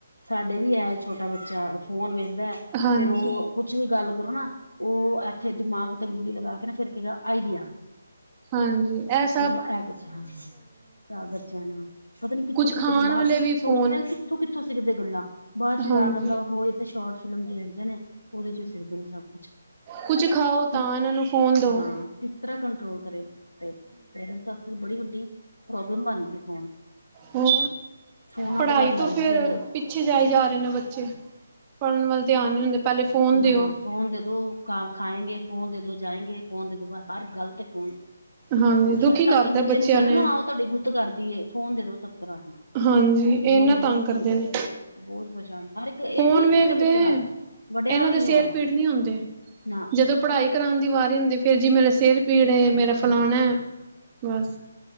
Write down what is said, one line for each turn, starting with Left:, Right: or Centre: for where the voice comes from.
Left: ਸਾਡੇ ਵੀ ਹੈ ਛੋਟਾ ਬੱਚਾ ਫੋਨ ਵੇਖਦਾ ਏ
Right: ਹਾਂਜੀ
Left: ਫੇਰ ਓ ਕੁਛ ਵੀ ਗੱਲ ਕਰੋ ਨਾ ਓ ਏਥੇ ਦਿਮਾਗ ਤੇ ਉਂਗਲੀ ਲਗਾ ਨਾ ਫੇਰ ਕਏਗਾ ਆਈਡੀਆ।
Right: ਹਾਂਜੀ ਐਸ
Left: ਓ ਐ ਕੁਛ ਹਾਂ ਤਾ ਬੱਚਿਆਂ ਨੇ ਪਤਾ ਨੀ ਕਿੱਥੋਂ-
Right: ਕੁੱਝ
Left: ਕਿੱਥੋਂ
Right: ਖਾਣ
Left: ਗ ਲਾਸਟ
Right: ਵੇਲੇ
Left: ਵਿੱਚ
Right: ਵੀ
Left: ਸੋਚਦੇ
Right: ਫੋਨ
Left: ਨ। ਕਿਥੋਂ -ਕਿੱਥੋਂ ਸਿੱਖਦੇ ਗੱਲਾਂ ਬਾਅਦ ਚ ਯਾਦ
Right: ਹਾਂਜੀ
Left: ਆਂਦਾ ਓਹੋ ਐ ਤੇ ਸ਼ੋਰਟ ਫਿਲਮ ਦੇਖਦੇ ਨੇ ਉਦੇ ਚ ਸਿੱਖਦੇ ਨੇ ਸਬ ਕੁਛ
Right: ਕੁਝ ਖਾਓ
Left: ਕਿਸ
Right: ਤਾਂ ਏਨਾਂ ਨੂੰ ਫੋਨ ਦਓ।
Left: ਹਾਂ ਕਿਸ ਤਰ੍ਹਾ ਕੰਟਰੋਲ ਕਰੇ। ਤੇ ਪੇਰੈਂਟਸ ਵਾਸਤੇ ਬੜੀ ਵੱਡੀ ਪ੍ਰੋਬਲਮ ਬਨ ਗਈ ਫੋਨ
Right: ਹੋਰ
Left: ਫੋਨਾ
Right: ਪੜ੍ਹਾਈ
Left: ਬਗੈਰ ਲਾਈਫ
Right: ਤੋਂ ਫੇਰ
Left: ਵੀ ਹੈਨੀ।
Right: ਪਿੱਛੇ ਜਾਏ ਜਾ ਰਏ ਨੇ ਬੱਚੇ ਪੜ੍ਹਨ ਵੱਲ ਧਿਆਨ ਨੀ ਹੁੰਦੇ। ਪਹਿਲੇ ਫੋਨ ਦਿਓ
Left: ਨਾ ਫੋਨ ਦੇ ਦੋ ਕਾ ਖਾਏਂਗੇ, ਫੋਨ ਦੇ ਦੋ ਜਾਏਂਗੇ। ਫ਼ੋਨ ਦੇ ਦੋ ਬਾ ਹਰ ਗੱਲ ਤੇ ਫ਼ੋਨ
Right: ਹਾਂਜੀ ਦੁਖੀ
Left: ਏ ਤਾ
Right: ਕਰਤਾ
Left: ਕਿ ਬੱਚੇ
Right: ਬੱਚਿਆਂ
Left: ਨੂੰ ਕੈ
Right: ਨੇ
Left: ਦੋ ਨਾ ਆਓ ਤਾਡੀ ਗੁ ਤ ਕਰ ਦੀਏ ਫ਼ੋਨ ਦੇ ਦੋ ਤਬ <unintelligible>
Right: ਹਾਂਜੀ
Left: ਫੋਨ
Right: ਏਨਾਂ
Left: ਅੱਗੇ
Right: ਤੰਗ
Left: ਰੱਖੋ
Right: ਕਰਦੇ
Left: ਤੇ
Right: ਨੇ
Left: ਬਹੁਤ ਪਰੇਸ਼ਾਨ ਹਰ ਇੱਕ ਇਹ
Right: ਫ਼ੋਨ
Left: ਨੀ
Right: ਵੇਖਦੇ
Left: ਛੋਟੇ ਬੱਚੇ ਦਾ ਵੱਡਿਆਂ
Right: ਇਨਾਂ
Left: ਦਾ ਵੀ
Right: ਦੇ ਸਿਰ
Left: ਇਹੋ ਹਾਲ
Right: ਪੀੜ ਨ੍ਹੀ ਹੁੰਦੇ
Left: ਨਾ
Right: ਜਦੋਂ ਪੜ੍ਹਾਈ ਕਰਾਨ ਦੀ ਵਾਰੀ ਹੁੰਦੀ ਫ਼ੇਰ ਜੀ ਮੇਰਾ ਸਿਰ ਪੀੜ ਏ
Left: ਸਿਰ
Right: ਮੇਰਾ
Left: ਪੀੜ
Right: ਫਲਾਨਾ
Left: ਹੋ ਰਹੀ
Right: ਏ ਬਸ